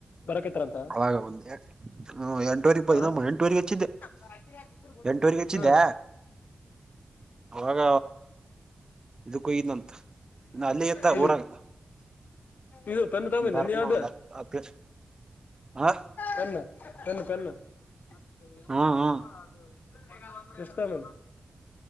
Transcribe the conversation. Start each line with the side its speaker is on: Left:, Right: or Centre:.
Left: ಬರಕತ್ತಾರಂತ
Right: ಅವಾಗ ಒ ಎಂಟವರೆ
Left: ಆ
Right: ಎಂಟುವರೆಗೆ ಹೆಚ್ಚಿದ್ದೆ
Left: ಹಾ
Right: ಎಂಟುವಗೆ ಹೆಚ್ಚಿದ್ದೆ ಅವಾಗ ಇದಕ್ಕ ಹೋಗಿದ್ದನಂತ ನಾ ಅಲ್ಲೇ ಇತ್ತ
Left: ಎಲ್ಲಿ
Right: ಊರಾಗ
Left: ಇದು ಪನ್ನ ತಗೊಬಂದಿ
Right: ಬರ್ತನ
Left: ಏನ್ ಯಾವ್ದ್
Right: ಒಂದ್ ಹತ್ ಹ
Left: ಪನ್ನ. ಪೆನ್ನ್ ಪೆನ್ನ್ ಮತ್ತ ಹೆಂಗ್
Right: ಹ್ಮ್
Left: ಮಾಡ್ತ್
Right: ಹ್ಮ್
Left: ನೋಡ ಅದ. <unintelligible>